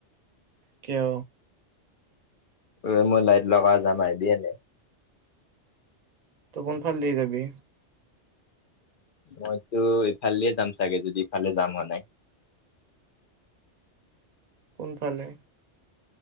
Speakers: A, on the right; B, on the left.
A: কিয়?
B: এ মই লাইট লগা যাম আহিবি এনেই।
A: তই কোন ফাল দি যাবি?
B: মইতো ইফালে দিয়ে যাম চাগে যদি ইফালে যাম হোৱা নাই।
A: কোনফালে?